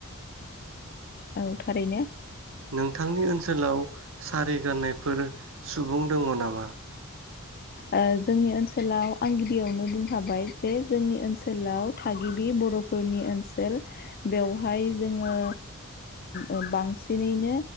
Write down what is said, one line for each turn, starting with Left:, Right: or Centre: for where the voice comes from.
Left: औ थारैनो।
Right: नोंथांनि ओ न्सोलाव सारि गान्नायफोर सुबुं दङ नामा?
Left: ओ जोंनि ओन्सोलाव आं गिबियावनो बुंखाबाय जे जोंनि ओन्सोलाव आं गिबियावनो बुंखांबाय बे जोंनि आ ओन्सोलाव थागिबि बर'फोरनि ओन्सोल। बेवहाय जोङो ओ बांसिनैनो